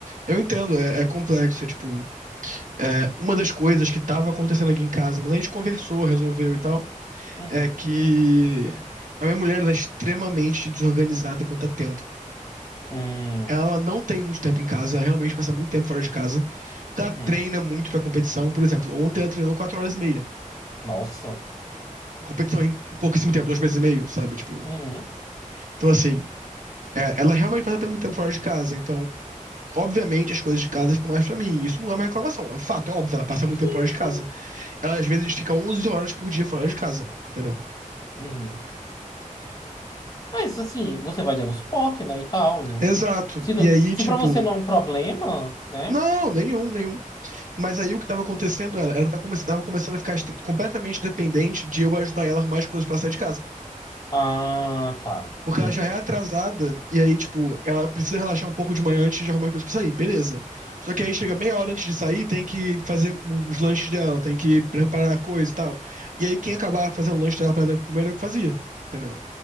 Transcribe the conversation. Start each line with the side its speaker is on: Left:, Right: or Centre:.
Right: eu entendo, é, é complexo, é tipo, é uma das coisas que tava acontecendo aqui em casa, mas a gente conversou, resolveu e tal.
Left: Uhum.
Right: é que a minha mulher ela é extremamente desorganizada quanto a tempo.
Left: Hum.
Right: Ela não tem muito tempo em casa, ela realmente passa muito tempo fora de casa, porque ela
Left: Uhum.
Right: treina muito pra competição. Por exemplo, ontem ela treinou 4 horas e meia.
Left: Nossa.
Right: A competição é em pouquíssimo tempo, dois meses e meio, sabe? Tipo,
Left: Uhum.
Right: então assim, é, ela realmente passa até muito tempo fora de casa, então. Obviamente as coisas de casa ficam mais pra mim. Isso não é uma reclamação, é um fato, é óbvio. Ela passa muito
Left: Sim,
Right: tempo fora
Left: sim.
Right: de casa. Ela às vezes fica 11 horas por dia fora de casa, entendeu?
Left: Uhum. Mas assim, você vai dando suporte, né? E tal. Hum.
Right: Exato.
Left: Se, não-
Right: E aí,
Left: se
Right: tipo,
Left: pra você não é um problema, né?
Right: não, nenhum, nenhum. Mas aí o que estava acontecendo era, ela tá come- tava começando a ficar estre- completamente dependente de eu ajudar ela a arrumar as coisas pra sair de casa.
Left: Ah, tá.
Right: Porque
Left: Entendi.
Right: ela já é atrasada, e aí, tipo, ela precisa relaxar um pouco de manhã antes de arrumar as coisas pra sair, beleza. Só que aí chega meia hora antes de sair, tem que fazer os lanches dela, tem que preparar a coisa e tal. E aí quem acabava fazendo o lanche dela pra ela comer era eu que fazia, entendeu?